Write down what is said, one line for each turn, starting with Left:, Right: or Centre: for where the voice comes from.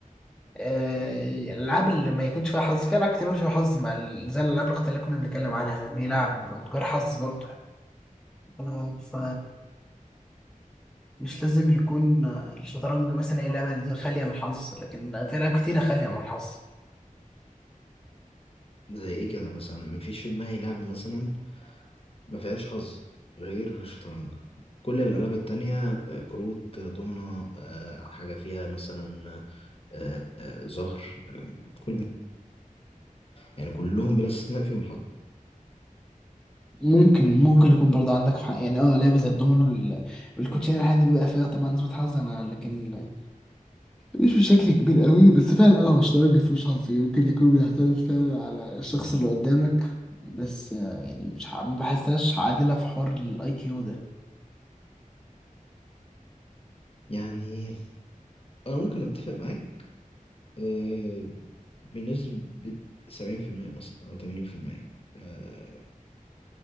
Centre: آه الألعاب اللي ما يكونش فيها حظ في ألعاب كتير مش فيها حظ مع ال- زي الألعاب الأخت اللي كنا بنتكلم عنها دي لعب غير حظ برضه آه ف مش لازم يكون آه، الشطرنج مثلا هي لعبة دي خالية من الحظ لكن في ألعاب كتيرة خالية من الحظ
Left: زي ايه كده مثلا مفيش في دماغي لعب مثلا ما فيهاش حظ غير الشطرنج كل الالعاب التانية آه، كروت آه، دومنة آه، حاجة فيها مثلا آه، آه، زهر آه، كل يعني كلهم بلا استثناء فيهم حظ
Centre: ممكن ممكن يكون برضه عندك في حق يعني اه لعبة زي الدومينو وال- والكوتشينة الحاجات دي بيبقى فيها طبعا نسبة حظ انا لكن مش بشكل كبير قوي بس فعلا اه هو الشطرنج مفيهوش حظ يمكن يكون بيعتمد فعلا على الشخص اللي قدامك بس آه، يعني مش ح- ما بحسهاش عادلة في حوار الاي كيو ده
Left: يعني انا ممكن اتفق معاك آه، بنسبة 70% مثلا أو 80% آه،